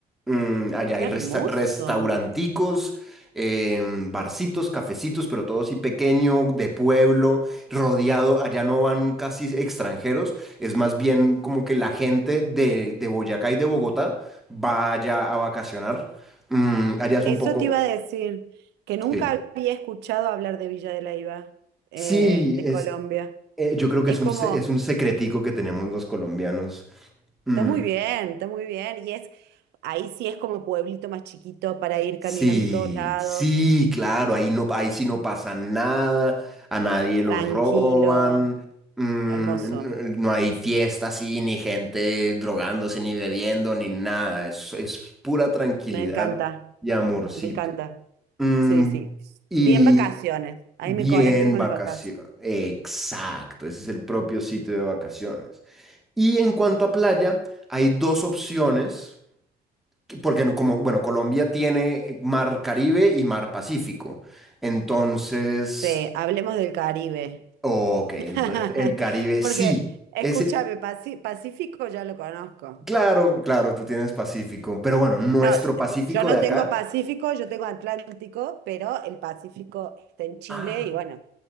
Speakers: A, in the centre; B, on the right.
A: Mm, allá
B: qué
A: hay resta-
B: hermoso.
A: restauranticos, em, barcitos, cafecitos, pero todo así pequeño, de pueblo, rodeado. Allá no van casi extranjeros, es más bien como que la gente de, de Boyacá y de Bogotá vaya a vacacionar. Mm, allá es
B: Eso
A: un poco...
B: te iba a decir, que nunca
A: Sí,
B: había escuchado hablar de Villa de Leyva, eh,
A: sí,
B: de
A: es,
B: Colombia.
A: eh, yo creo que
B: Es
A: es un,
B: como,
A: se- es un secretico que tenemos los colombianos. Mm,
B: está muy bien, está muy bien. Y es, ahí sí es como pueblito más chiquito para ir
A: Sí,
B: caminando a todos lados,
A: sí, claro, ahí no, ahí sí no pasa nada, a nadie lo
B: tranquilo,
A: roban, mm,
B: hermoso.
A: n- no, hay fiesta así, ni gente drogándose, ni bebiendo, ni nada, es, es pura tranquilidad
B: Me encanta,
A: y amorcito.
B: me encanta.
A: Mm,
B: Sí, sí.
A: y
B: Bien vacaciones. Ahí
A: bien
B: me conecto con
A: vacaciones,
B: las vacaciones.
A: exacto, ese es el propio sitio de vacaciones. Y en cuanto a playa, hay dos opciones porque no- como, bueno, Colombia tiene mar Caribe y mar Pacífico. Entonces,
B: Sí, hablemos del Caribe.
A: ok, entonces
B: <laughs>
A: el Caribe
B: Porque,
A: sí.
B: escúchame,
A: Ese,
B: Paci- Pacífico ya lo conozco.
A: claro, claro, tú tienes Pacífico, pero bueno, nuestro
B: No,
A: Pacífico
B: yo no
A: de acá.
B: tengo Pacífico, yo tengo Atlántico, pero el Pacífico está en Chile
A: Ah,
B: y bueno,